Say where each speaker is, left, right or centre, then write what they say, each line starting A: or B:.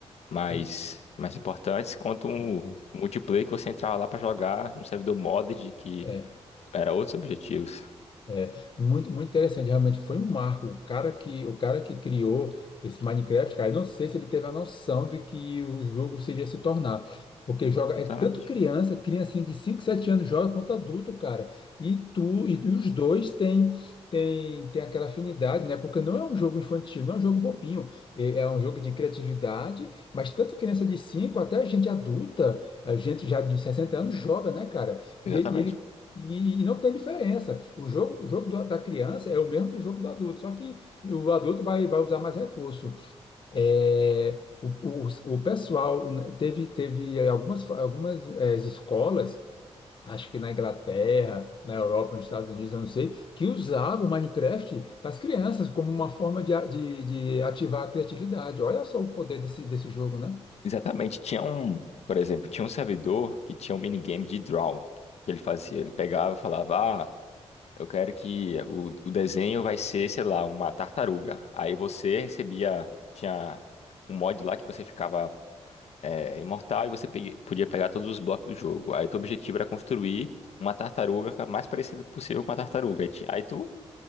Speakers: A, on the left; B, on the left.
A: mais,
B: Pô,
A: mais importantes, quanto um
B: nossa.
A: multiplayer que você entrava lá pra jogar num servidor modded que
B: É,
A: era outros objetivos.
B: É, muito, muito interessante, realmente foi um marco. O cara que, o cara que criou esse Minecraft, cara, eu não sei se ele teve a noção de que o jogo seria se tornar. Porque joga,
A: Exatamente.
B: é tanto criança, criancinha de 5 7 anos joga quanto adulto, cara. E tu, e, e os dois têm tem, tem aquela afinidade, né? Porque não é um jogo infantil, não é um jogo bobinho. É, é um jogo de criatividade, mas tanto criança de 5 até gente adulta, a gente já de 60 anos joga, né, cara?
A: Exatamente.
B: E, ele e, e não tem diferença. O jogo, o jogo do- da criança é o mesmo do jogo do adulto, só que o adulto vai, vai usar mais recurso. É, o, o, o pessoal né, teve, teve algumas, fa- algumas eh, escolas, acho que na Inglaterra, na Europa, nos Estados Unidos, eu não sei, que usavam o Minecraft para as crianças como uma forma de, a- de, de ativar a criatividade. Olha só o poder desse, desse jogo, né?
A: Exatamente. Tinha um, por exemplo, tinha um servidor que tinha um minigame de draw que ele fazia. Ele pegava e falava, ah, eu quero que o, o desenho vai ser, sei lá, uma tartaruga. Aí você recebia, tinha um mod lá que você ficava é, imortal e você pegue- podia pegar todos os blocos do jogo. Aí teu objetivo era construir uma tartaruga ca- mais parecida possível com a tartaruga. Aí, ti- aí tu.